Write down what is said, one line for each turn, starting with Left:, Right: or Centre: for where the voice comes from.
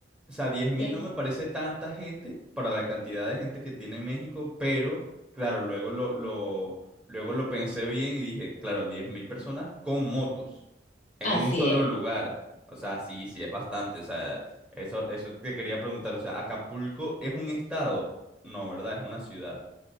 Centre: o sea, diez mil
Left: Sí.
Centre: no me parece tanta gente para la cantidad de gente que tiene México, pero claro, luego lo, lo, luego lo pensé bien y dije, claro, 10.000 personas con motos en
Left: Así
Centre: un solo
Left: es.
Centre: lugar. O sea, sí, sí, es bastante. O sea, eso, eso que quería preguntar. O sea, ¿Acapulco es un estado? No, ¿verdad? Es una ciudad.